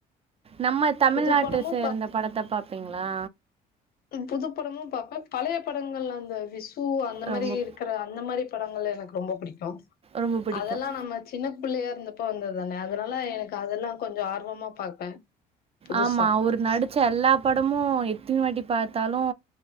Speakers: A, on the right; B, on the left.
A: நம்ம தமிழ்நாட்ட
B: புது படமு
A: சேர்ந்த படத்தை பாப்பீங்களா
B: புதுப்படமும் பாப்பேன் பழைய படங்கள் அந்த விஸ் பூ அந்த மாரி
A: ரொம்ப
B: இருக்கிற அந்த மாரி படங்கள் எனக்கு ரொம்ப புடிக்கு
A: ரொம்ப பிடிக்கும்
B: அதெல்லா நம்ம சின்ன பிள்ளையா இருந்தப் இப்ப வந்தது தானே அதனால எனக்கு அதெல்லா கொஞ்ச ஆர்வமா பாப்பே புதுசா
A: ஆமா அவுர் நடிச்ச எல்லா படமும் எத்தினி வாட்டி பாத்தாலு